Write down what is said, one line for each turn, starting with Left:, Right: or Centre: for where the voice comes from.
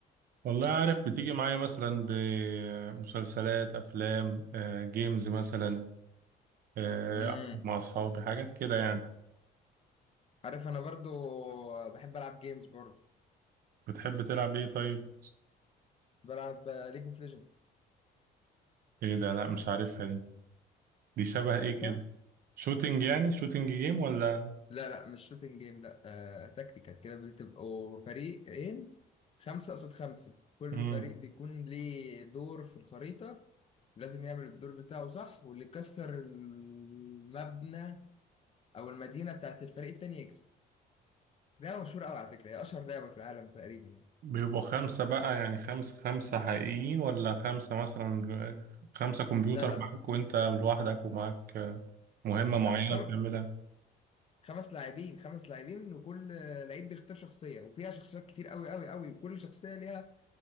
Right: والله عارف بتيجي معايا مثلا بمسلسلات افلام آه، جيمز مثلا آه،
Left: امم
Right: أقعد مع اصحابي حاجات كده يعني
Left: عارف انا برضو بحب العب جيمز برضو
Right: بتحب تلعب ايه طيب
Left: بلعب ليج اوف ليجند
Right: ايه ده لا مش عارفها دي دي شبه
Left: مش عارفها
Right: ايه كده شوتينج يعني شوتينج جيم ولا
Left: لا لا مش شوتنج جيم لا آه تكتيكال كده بتبقوا فريقين خمسة قصاد خمسة كل
Right: امم
Left: فريق بيكون ليه دور في الخريطة لازم يعمل الدور بتاعه صح واللي يكسر المبنى أو المدينة بتاعت الفريق التاني يكسب لعبة مشهورة أوي على فكرة هي أشهر لعبة في العالم تقريبا يعني
Right: بيبقوا خمسة بقى يعني خمسة خمسة حقيقيين ولا خمسة مثلا خمسة كمبيوتر
Left: لا لا
Right: معاك وانت لوحدك ومعاك مهمة
Left: لا
Right: معينة
Left: خم...
Right: بتعملها
Left: خمس لاعبين خمس لاعبين وكل لعيب بيختار شخصية وفيها شخصيات كتير أوي أوي أوي وكل شخصية ليها